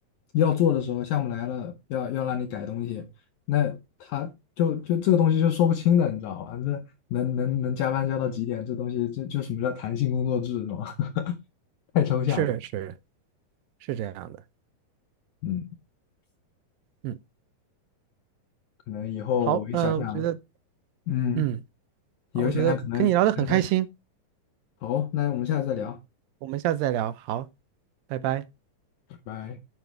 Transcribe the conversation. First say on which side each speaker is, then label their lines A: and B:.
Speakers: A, on the left; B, on the right.
A: 要做的时候，项目来了，要要让你改东西，那他就就这个东西就说不清的，你知道吧？这能能能加班加到几点？这东西这就什么叫弹性工作制，是吧？<laughs> 太抽象了。
B: 是是是这样的。
A: 嗯，
B: 嗯。
A: 可能以后我一想想，
B: 好，嗯、我觉得，
A: 嗯，
B: 嗯，
A: 以后想想可能看看。
B: 好，我觉得跟你聊得很开心，
A: 好，那我们下次再聊，
B: 我们下次再聊，好，拜拜。
A: 拜拜。